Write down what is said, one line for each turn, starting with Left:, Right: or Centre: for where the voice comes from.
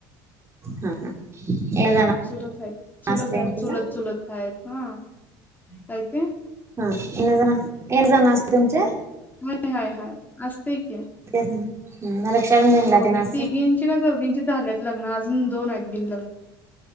Right: हा हा एक जण
Left: चूलय हायत चूलय
Right: असते
Left: हायत
Right: हा
Left: चूलत चुल हयत हा काय ते?
Right: हा इन जना येड जण असत तुमचे
Left: हाय हय हाय अस असते की
Right: मग रक्षाबंधनला
Left: दोघी
Right: तेन असं
Left: तीघी ची का चौघं झाल्यात लग्न अजून दोन आहेत बिन